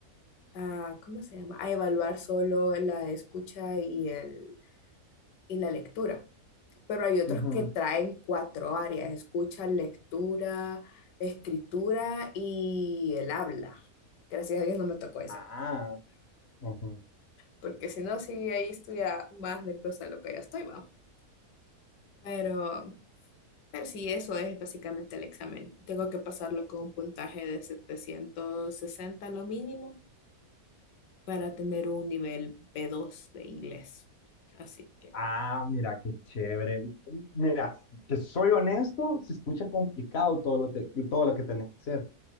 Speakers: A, on the left; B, on the left.
A: a- a- ¿cómo se llama? A evaluar solo la escucha y, el, y la lectura. Pero hay otros
B: Ujú.
A: que traen cuatro áreas, escucha, lectura, escritura y el habla. Gracias a Dios no me tocó ese.
B: Ah, ujú.
A: porque si no, sí, ahí estuviera más nerviosa de lo que ya estoy, va. Pero, pero sí, eso es básicamente el examen. Tengo que pasarlo con un puntaje de 760 lo mínimo para tener un nivel b dos de inglés. Así que,
B: Ah, mira, qué chévere. Mira, que soy honesto, se escucha complicado todo lo, te- todo lo que tenés que hacer.